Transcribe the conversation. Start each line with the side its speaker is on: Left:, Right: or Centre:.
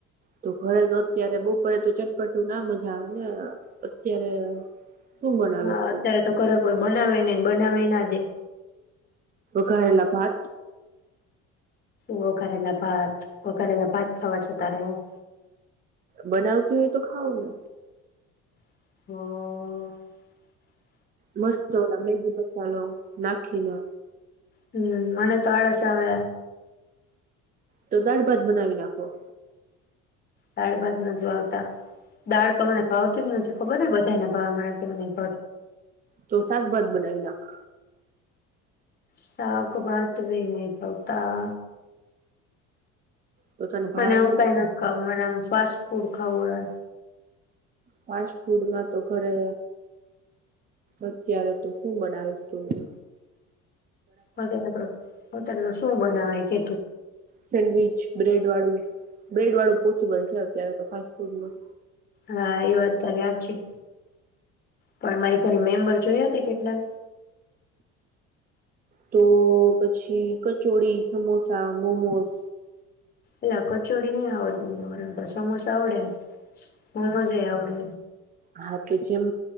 Right: તો ઘરે તો અત્યારે બવ પરંતુ ચટપટું ના મજા આવે ને અત્યારે શું બનાવીશ
Left: હા અત્યારે
Right: તું
Left: તો ઘરે કો બનાવે નઇ બનાવા ના દે.
Right: ગયેલા બાર?
Left: વઘારેલા ભાત વઘારેલા ભાત ખાવા છ તારે એઇ? <inaudible>
Right: બનાવતી હોય તો ખાવ ને.
Left: હ
Right: મસ્ત ઓલા મેગી મસાલો નાખીને
Left: હમ્મ મને તો આળસ આવે.
Right: તો દાઢ ભાત બનાવી નાખો.
Left: દાળ ભાત નથ ભાવતા દાળ તો મને ભાવતી જ નથી ખબર બધા ને ભાવ મને કેમ નય.
Right: તો શાકભાત બનાવી નાખ.
Left: સાક ભાત ભી નહી ભાવતા.
Right: તો તને
Left: મને
Right: ભાવે
Left: આવું
Right: છે
Left: કઈ નથ ખાવું મને આમ ફાસ ફૂડ ખાવુ હે.
Right: ફાસ્ટ ફૂડમાં તો ઘરે અત્યારે તો શું બનાવીશ તું હ.
Left: વઘારેલો અત્યારે તો શું બનાવાય કે
Right: સેડવિચ, બ્રેડ બ્રેડ વાળું, બ્રેડ વાળું ઓછું બને છે. અત્યારે તો ફાસટ ફૂડ માં
Left: હા, એ વાત તો તારી હાચી, પણ મારી ઘરે મેમ્બર જોયા તે કેટલા
Right: તો પછી કચોડી, સમોસા, મોમોસ
Left: અલા કચોડી ની આવડતી મને વળાવતા, સમોસા આવડે. મોમોજ એ આવડે.
Right: હા તો જેમ